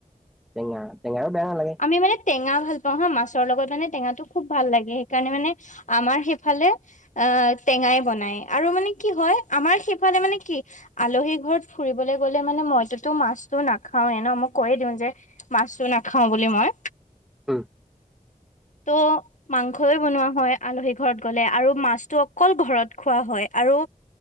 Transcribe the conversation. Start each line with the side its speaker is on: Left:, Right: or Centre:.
Centre: টেঙা? টেঙাও বেয়া নালাগে।
Left: আমি মানে টেঙা ভাল পাওঁ হা। মাছৰ লগত মানে টেঙাটো খুব ভাল লাগে। সেইকাৰণে মানে আমাৰ সেইফালে অ টেঙাই বনায় আৰু মানে কি হয় আমাৰ সেইফালে মানে কি আলহী ঘৰত ফুৰিবলে গ লে মানে মইটোতো মাছটো নাখাওৱে ন। মই কৈয়ে দিওঁ যে মাছটো নাখাওঁ বুলি মই।
Centre: ও।
Left: ত' মাংসই বনোৱা হয় আলহী ঘৰত গ'লে আৰু মাছটো অকল ঘৰত খোৱা হয়। আৰু